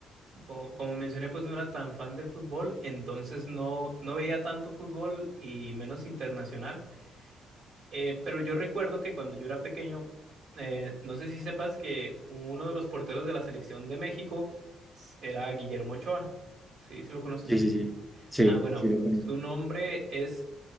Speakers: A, on the right; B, in the centre.
A: co- como mencioné, pues no era tan fan del fútbol, entonces no, no veía tanto fútbol y menos internacional. Eh, pero yo recuerdo que cuando yo era pequeño, eh, no sé si sepas que uno de los porteros de la selección de México s- era Guillermo Ochoa. ¿Sí? ¿Sí lo conoces?
B: Sí, sí, sí. Sí,
A: Ah, bueno,
B: sí lo conozco.
A: su nombre es